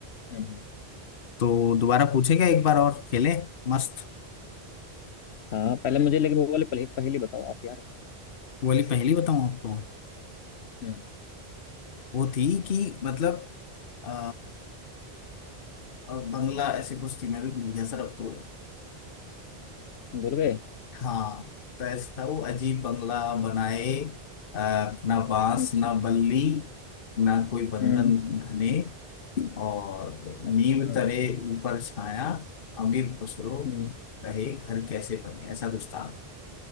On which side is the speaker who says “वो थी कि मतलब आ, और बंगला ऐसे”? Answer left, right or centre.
Left